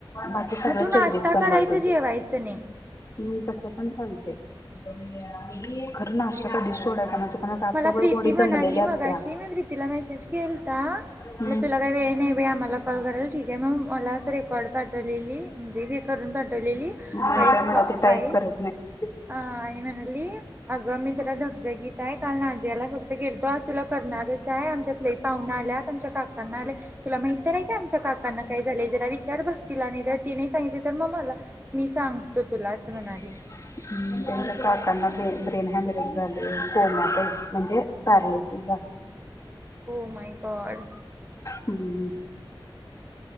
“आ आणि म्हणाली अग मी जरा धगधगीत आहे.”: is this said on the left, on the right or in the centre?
Right